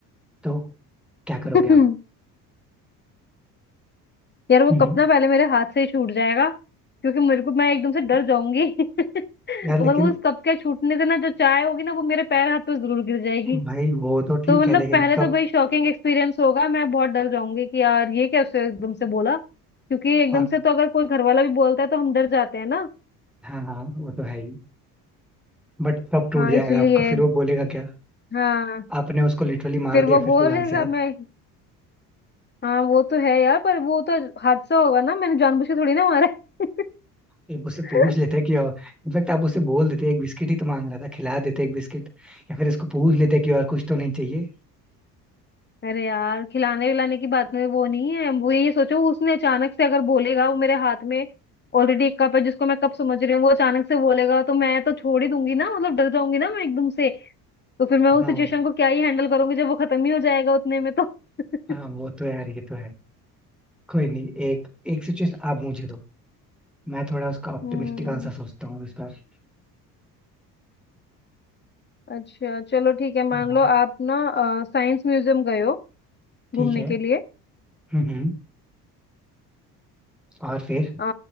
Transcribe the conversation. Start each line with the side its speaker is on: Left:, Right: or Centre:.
Centre: तो क्या करोगे
Left: <laughs>
Centre: आप
Left: यार वो
Centre: हम्म
Left: कप
Centre: हम्म।
Left: ना पहले मेरे हाथ से ही छूट जाएगा क्योंकि मेरे को मैं एकदम से डर
Centre: यार
Left: जाऊंगी <laughs>
Centre: लेकिन
Left: और वो उस कप के छूटने से ना जो चाय होगी ना वो मेरे पैर हाथ पे जरूर गिर जाएगी
Centre: भाई वो तो ठीक
Left: तो मतलब
Centre: है लेकिन
Left: पहले
Centre: कब
Left: तो भाई शॉकिंग एक्सपीरियंस होगा मैं बहुत डर जाऊंगी कि यार ये कैसे एकदम से बोला क्योंकि एकदम
Centre: और
Left: से तो अगर कोई घर वाला भी बोलता है तो हम डर जाते हैं ना
Centre: हाँ हाँ वो तो है ही बट कब टूट
Left: हाँ
Centre: जाएगा
Left: इसलिए
Centre: आपका फिर वो बोलेगा क्या
Left: हाँ
Centre: आपने उसको लिटरली मार
Left: फिर
Centre: दिया
Left: वो
Centre: फिर
Left: बोलेगा
Centre: तो जान से यार
Left: मैं हाँ वो तो है यार पर वो तो हादसा होगा ना मैंने जानबूझ के थोड़ी ना मारा है
Centre: एक उससे
Left: <laughs>
Centre: पूछ लेते कि और इनफैक्ट आप उससे बोल देते एक बिस्किट ही तो मांग रहा था खिला देते एक बिस्किट या फिर इसको पूछ लेते कि और कुछ तो नहीं चाहिए
Left: अरे यार खिलाने विलाने की बात में वो नहीं है वो ये सोचो उसने अचानक से अगर बोलेगा वो मेरे हाथ में ऑलरेडी एक कप है जिसको मैं कप समझ रही हूँ वो अचानक से बोलेगा तो मैं तो छोड़ ही दूंगी ना मतलब डर जाऊंगी ना मैं एकदम से तो फिर मैं उस
Centre: ना
Left: सिचुएशन को क्या ही हैंडल करूंगी जब वो खत्म ही हो जाएगा उतने में तो <laughs>
Centre: हाँ वो तो यार ये तो है कोई नहीं एक एक सिचुएशन आप मुझे दो मैं थोड़ा उसका ऑप्टिमिस्टिक
Left: हम्म
Centre: आंसर सोचता हूँ इस बार
Left: अच्छा चलो ठीक है मान
Centre: हाँ
Left: लो आप ना साइंस म्यूजियम गए हो
Centre: ठीक
Left: घूमने
Centre: है
Left: के लिए
Centre: हम्म हम्म और फिर
Left: आ,